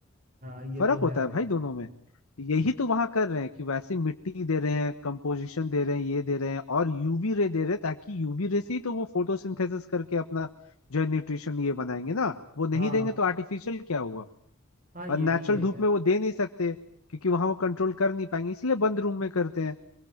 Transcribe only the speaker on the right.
हाँ ये
तो
है भाई
हाँ
हाँ ये
भी है
यार